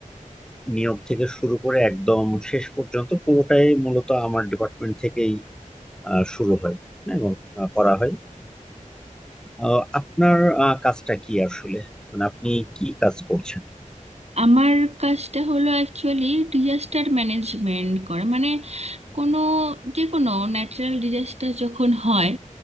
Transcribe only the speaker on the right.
আমার কাজটা হলো অ্যাকচুয়ালি ডিজাস্টার ম্যানেজমেন্ট করা মানে কোনো যে কোনো ন্যাচারাল ডিজাস্টার যখন হয়